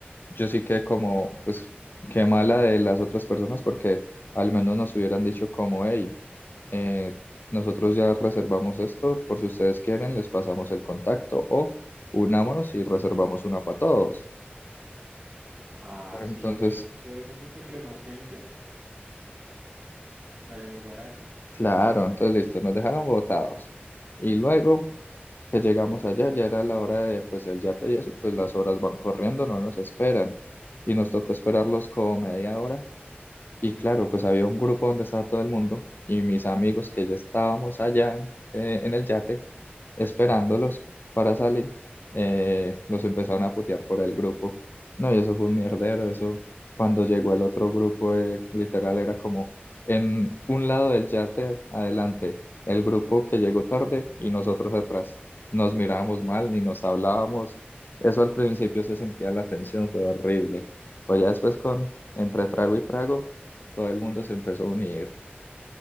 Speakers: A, on the left; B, on the right.
A: yo sí que como, pues qué mala de las otras personas porque al menos nos hubieran dicho como, hey, eh, nosotros ya reservamos esto, por si ustedes quieren, les pasamos el contacto o unámonos y reservamos una para todos.
B: Ah,
A: Entonces,
B: sí, hubieran hecho eso porque entre más gente sale más barato.
A: claro, entonces listo, nos dejaron botados. Y luego... que llegamos allá, ya era la hora de pues el yate y eso, y pues las horas van corriendo, no nos esperan. Y nos tocó esperarlos como media hora y claro, pues había un grupo donde estaba todo el mundo y mis amigos que ya estábamos allá en, eh, en el yate esperándolos para salir, eh, los empezaron a putear por el grupo. No, y eso fue un mierdero, eso cuando llegó el otro grupo, eh, literal era como en un lado del yate adelante, el grupo que llegó tarde y nosotros atrás. Nos mirábamos mal, ni nos hablábamos. Eso al principio se sentía la tensión, fue horrible. Pues ya después con entre trago y trago todo el mundo se empezó a unir.